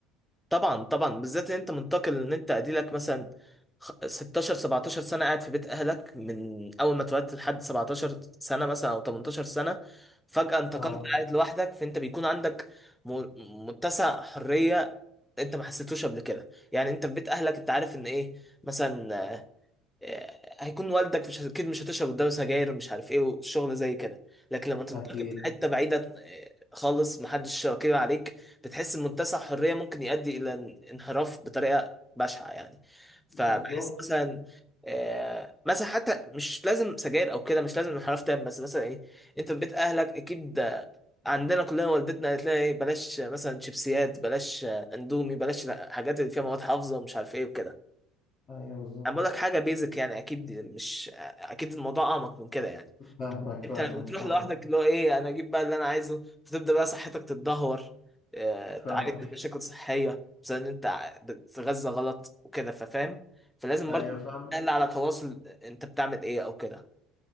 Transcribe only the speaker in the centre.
طبعا طبعا بالذات إن أنت منتقل إن أنت أديلك مثلا خ- 16 17 سنة قاعد في بيت أهلك من أول ما اتولدت لحد 17 سنة مثلا أو 18 سنة فجأة انتقلت
قاعد لوحدك فأنت بيكون عندك م- متسع حرية أنت ما حسيتوش قبل كده يعني أنت في بيت أهلك أنت عارف إن إيه مثلا آه، هيكون والدك مش اكيد مش هتشرب قدامه سجاير مش عارف ايه والشغل زي كده لكن لما تنتقل
في حته بعيده آه، خالص محدش شاكر عليك بتحس ان منتسع حريه ممكن يؤدي الى ان- انحراف بطريقه بشعه يعني فبحس
مثلا آه، مثلا حتى مش لازم سجاير او كده مش لازم انحراف تام بس مثلا ايه انت في بيت اهلك اكيد آه، عندنا كلنا والدتنا قالت لنا ايه بلاش آه، مثلا شيبسيات بلاش آه، اندومي بلاش حاجات اللي فيها مواد حافظه مش عارف ايه وكده
انا بقول لك حاجه بيزك يعني اكيد مش اكيد الموضوع اعمق من كده يعني
انت لما بتروح
لوحدك اللي هو ايه انا اجيب بقى اللي انا عايزه فتبدا بقى صحتك تتدهور آه،
تعاني من مشاكل صحيه بسبب ان انت بتتغذى غلط وكده ففاهم فلازم
برضه
تقل على تواصل انت بتعمل ايه او كده